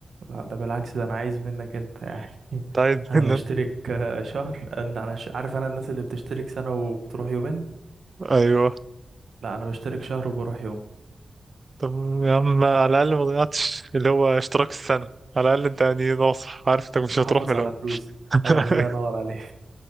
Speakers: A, on the right; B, on the right.
A: لا ده بالعكس ده أنا عايز منك أنت يعني <laughs>
B: كنت عايز
A: أنا
B: منك
A: بشترك آه، شهر أنا أنا ش... عارف أنا الناس اللي بتشترك سنة وبتروح يومين
B: ايوه
A: لا أنا بشترك شهر وبروح يوم
B: طب يا عم على الاقل ما ضيعتش اللي هو اشتراك السنه على الاقل انت يعني ناصح عارف انك مش
A: محافظ
B: هتروح من الاول
A: على فلوسي
B: <laughs>
A: أيوة الله ينور عليك